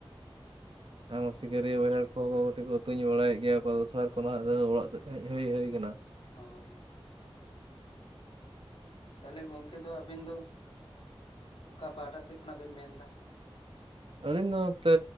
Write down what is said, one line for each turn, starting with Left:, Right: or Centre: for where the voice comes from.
Right: ᱟᱭᱢᱟ ᱥᱤᱠᱟᱹᱨᱤᱭᱟᱹ ᱵᱟᱹᱭᱦᱟᱹᱲ ᱠᱚᱦᱚᱸ ᱠᱟᱹᱴᱤᱡ ᱠᱚ ᱛᱩᱧ ᱵᱟᱲᱟᱭᱮᱫ ᱜᱮᱭᱟ ᱠᱚ ᱥᱟᱨ ᱠᱚ ᱢᱟᱦᱟᱜ, <unintelligible> ᱚᱲᱟᱜ ᱥᱮᱫ ᱦᱮᱡ ᱦᱩᱭ ᱦᱩᱭ ᱠᱟᱱᱟ
Left: ᱦᱳᱭ ᱛᱟᱦᱚᱞᱮ ᱜᱚᱝᱠᱮ ᱫᱚ ᱟᱵᱮᱱ ᱫᱚ ᱚᱠᱟ ᱯᱟᱦᱴᱟ ᱥᱮᱫ ᱠᱷᱚᱱᱟᱜ ᱵᱮᱱ ᱢᱮᱱ ᱮᱫᱟ?
Right: ᱟᱹᱞᱤᱧ ᱫᱚ ᱱᱚᱛᱮ